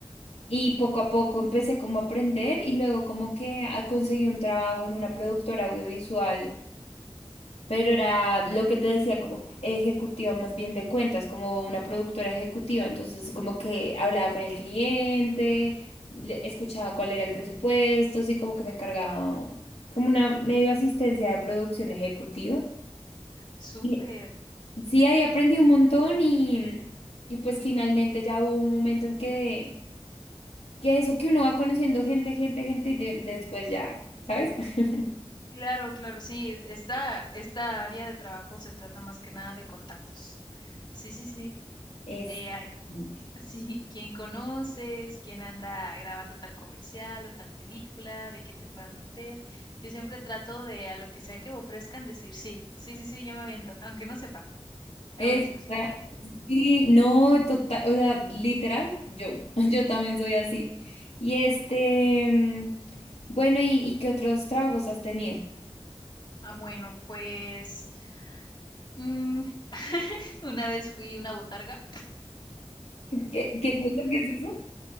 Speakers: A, on the left; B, on the left.
A: Y poco a poco empecé como a aprender y luego como que a- conseguí un trabajo en una productora audiovisual, pero era lo que te decía como ejecutiva más bien de cuentas, como una productora ejecutiva. Entonces como que hablaba con el cliente, le- escuchaba cuál era el presupuesto, así como que me encargaba como una medio asistencia de producción ejecutiva.
B: Súper.
A: Y- Sí, ahí aprendí un montón y, y pues finalmente ya hubo un momento en que... Que eso que uno va conociendo gente, gente, gente y de- después ya, ¿sabes? <laughs>
B: Claro, claro, sí. es- Esta, esta área de trabajo se trata más que nada de contactos. Sí, sí, sí.
A: Exactamente.
B: Eh, Sí, quién conoces, quién anda grabando tal comercial o tal película, de qué te puedan meter. Yo siempre trato de a lo que sea que me ofrezcan decir sí, sí, sí, sí, yo me aviento, aunque no sepa, ahí
A: Esa-
B: voy a estar.
A: sí, no, total, o sea, literal, yo, <laughs> yo también soy así. Y este, mm, bueno, ¿y, y qué otros trabajos has tenido?
B: Ah, bueno, pues mm, <laughs> una vez fui una botarga.
A: <laughs> ¿Qué, qué es eso? ¿Qué es eso?